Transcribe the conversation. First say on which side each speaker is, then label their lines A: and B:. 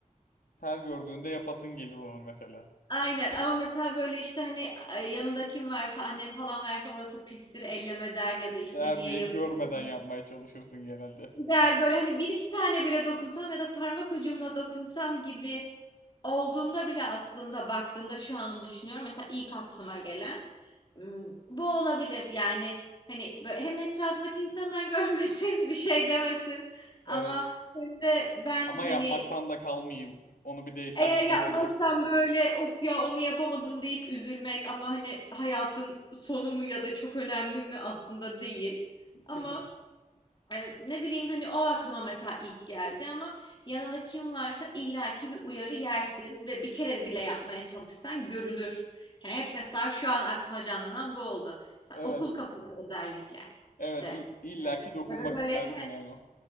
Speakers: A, on the left; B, on the left.
A: her gördüğünde yapasın gelir onu mesela.
B: Aynen ama mesela böyle işte hani e, yanında kim varsa annen falan varsa orası pistir elleme der ya da işte
A: Değer
B: niye
A: diye
B: yapıyorsun
A: görmeden yapmaya çalışırsın genelde.
B: der böyle hani bir iki tane bile dokunsam ya da parmak ucumla dokunsam gibi olduğunda bile aslında baktığımda şu an düşünüyorum mesela ilk aklıma gelen m, bu olabilir yani hani böyle hem etrafındaki insanlar <laughs> görmesin bir şey demesin ama
A: Evet.
B: hem de ben
A: Ama
B: hani
A: yapmaktan da kalmayayım. Onu bir değsem
B: eğer
A: güzel
B: yapmazsan
A: olacak.
B: böyle of ya onu yapamadım deyip üzülmek ama hani hayatın sonu mu ya da çok önemli mi aslında değil.
A: <laughs>
B: Ama e, ne bileyim hani o aklıma mesela ilk geldi ama yanında kim varsa illaki bir uyarı yersin ve bir kere bile yapmaya çalışsan görünür. Hani hep mesela şu an aklıma canlanan bu oldu. Mesela
A: Evet.
B: okul kapıları özellikle
A: Evet.
B: işte
A: İ- illaki
B: Yani
A: dokunmak
B: ya da böyle
A: istersin yani o.